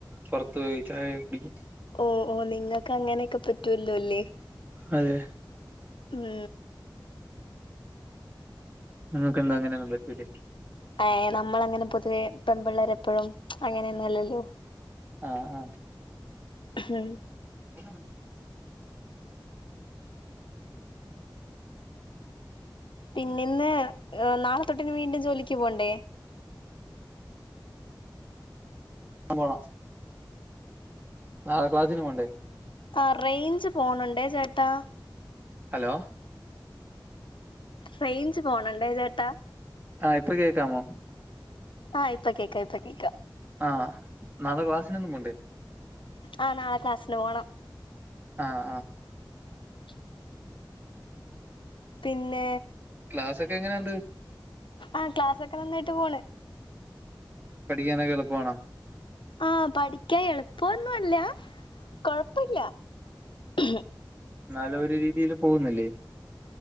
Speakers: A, on the right; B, on the left.
A: പുറത്ത് പോയി ചായ കുടിക്കും
B: ഓ ഓ നിങ്ങൾക്ക് അങ്ങനെയൊക്കെ പറ്റൂല്ലോല്ലേ
A: അതെ
B: ഉം
A: നിങ്ങക്ക് എന്താ അങ്ങനെന്നും പറ്റൂലെ
B: ഏ നമ്മള അങ്ങനെ പൊതുവെ പെൺപിള്ളേരെപ്പോഴും അങ്ങനെൊന്നല്ലല്ലോ
A: ആഹ ആഹ
B: ഉം
A: അ
B: പിന്ന ഇന്ന് നാളെത്തൊട്ട് ഇനി വീണ്ടും ജോലിക്ക് പോണ്ടേ?
A: ആ പോണം നാളെ ക്ലാസിന് പോണ്ടേ
B: ആ റേഞ്ച് പോണുണ്ടേ ചേട്ടാ
A: ഹലോ
B: റെയിഞ്ച് പോണ്ണ്ണ്ടെ ചേട്ടാ
A: ആഹ ഇപ്പൊ കേക്കാമോ
B: ആഹ ഇപ്പൊ കേക്ക ഇപ്പൊ കേക്ക
A: ആ നാളെ ക്ലാസ്സിനൊന്നും പോണ്ടേ
B: ആഹ് നാളെ ക്ലാസ്സിന് പോണം
A: ആഹ് ആഹ്
B: ശ പിന്നെ
A: ക്ലാസൊക്കെ എങ്ങനെണ്ട്
B: ആഹ ക്ലാസ്സൊക്കെ നന്നായിട്ട് പോണ്
A: പഠിക്കാനൊക്കെ എളപ്പണോ
B: ആഹ പഠിക്കാന് എളുപ്പൊന്നോല്ല കൊഴപ്പില്ല ഉ
A: എന്നാലൊരു രീതിൽ പോകുന്നില്ലേ